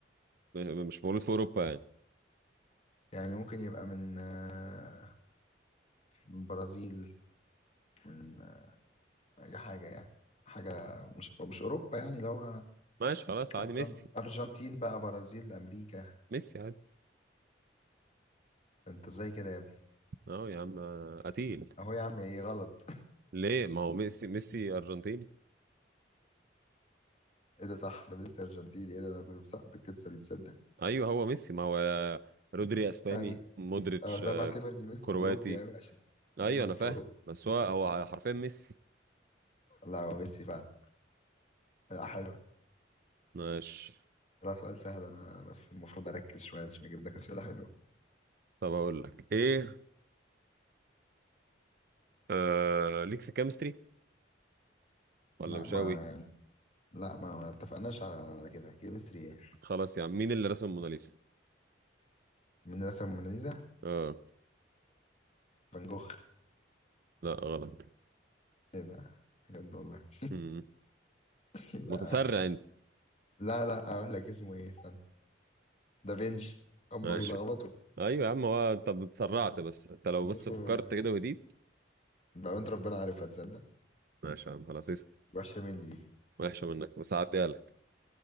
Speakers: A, on the right; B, on the left.
A: م- مش مولود في اوروبا يعني
B: يعني ممكن يبقى من آه، من برازيل من آه، أي حاجة يعني حاجة مش مش أوروبا يعني لو
A: ماشي خلاص عادي
B: أرجنت...
A: ميسي
B: أرجنتين بقى برازيل أمريكا
A: ميسي عادي
B: ده أنت إزاي كده يا
A: اه يا عم آه، قتيل
B: اهو يا عم ايه غلط
A: ليه ما هو ميسي ميسي ارجنتيني
B: <laughs> ايه ده صح ده ميسي ارجنتيني ايه ده انا كنت مسقط القصه دي تصدق
A: ايوه هو ميسي ما هو آه، رودري اسباني
B: ايوه
A: مودريتش
B: أه، بس
A: آه،
B: انا بعتبر
A: ك-
B: ان ميسي
A: كرواتي
B: اوروبي ايوه عشان بيلعب
A: ايوه انا
B: في
A: فاهم
B: اوروبا
A: بس هو هو حرفيا ميسي
B: لا هو ميسي فعلا لا حلوه
A: ماشي
B: لا سؤال سهل انا بس المفروض اركز شويه عشان اجيب لك اسئله حلوه
A: طب اقول لك ايه آه ليك في كيمستري ولا
B: لا
A: مش
B: ما
A: قوي
B: يعني لا ما, ما اتفقناش على كده كيمستري ايه
A: خلاص يا عم مين اللي رسم الموناليزا
B: مين رسم موناليزا
A: اه
B: فان جوخ
A: لا غلط
B: ايه ده بجد والله
A: مم.
B: <laughs> يبقى
A: متسرع انت
B: لا لا اقول لك اسمه ايه استنى دافينشي هما
A: ماشي
B: بيلخبطوا
A: ايوه يا عم هو انت اتسرعت بس انت لو
B: فان
A: بس
B: جوخ
A: فكرت
B: ودافينشي
A: كده وهديت
B: بقى انت ربنا عارفها تصدق
A: ماشي يا عم خلاص اسال
B: وحشة مني دي
A: وحشه منك بس هعديها لك